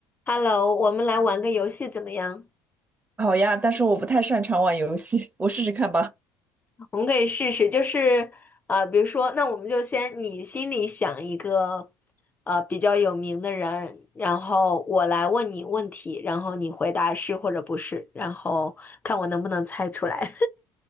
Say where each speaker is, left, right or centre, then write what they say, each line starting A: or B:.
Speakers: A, on the left (about 20°); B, on the right (about 20°).
A: Hello，我们来玩个游戏怎么样？
B: 好呀，但是我不太擅长玩游戏，我试试看吧。
A: 我们可以试试，就是呃，比如说，那我们就先你心里想一个呃比较有名的人，然后我来问你问题，然后你回答是或者不是，然后看我能不能猜出来。